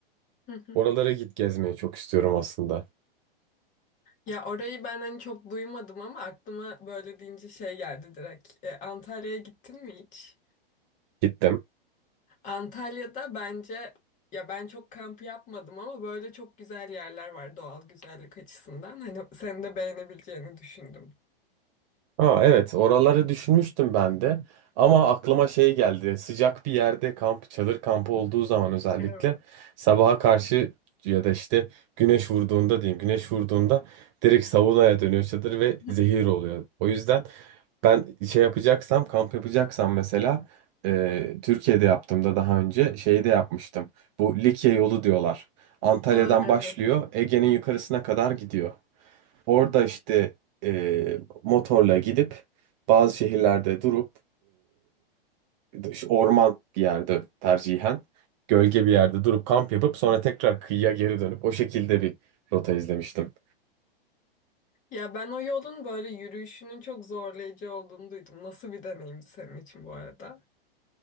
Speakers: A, on the left; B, on the right.
A: hı, hı.
B: Oralara git gezmeyi çok istiyorum aslında.
A: Ya orayı ben hani çok duymadım ama aklıma böyle deyince şey geldi direkt. E, Antalya'ya gittin mi hiç?
B: Gittim.
A: Antalya'da bence ya ben çok kamp yapmadım ama böyle çok güzel yerler var doğal güzellik açısından. Hani senin de beğenebileceğini düşündüm.
B: Ha, evet oraları düşünmüştüm ben de ama aklıma şey geldi sıcak bir yerde kamp çadır kampı olduğu zaman özellikle
A: Evet.
B: sabaha karşı ya da işte güneş vurduğunda diyeyim güneş vurduğunda direkt saunaya dönüyor çadır ve
A: <laughs>
B: zehir oluyor. O yüzden ben şey yapacaksam kamp yapacaksam mesela e, Türkiye'de yaptığımda daha önce şeyde yapmıştım bu Likya yolu diyorlar Antalya'dan
A: Aa evet.
B: başlıyor Ege'nin yukarısına kadar gidiyor. Orada işte e, motorla gidip bazı şehirlerde durup e, işte orman bir yerde tercihen gölge bir yerde durup kamp yapıp sonra tekrar kıyıya geri dönüp o şekilde bir rota izlemiştim.
A: Ya ben o yolun böyle yürüyüşünün çok zorlayıcı olduğunu duydum. Nasıl bir deneyimdi senin için bu arada?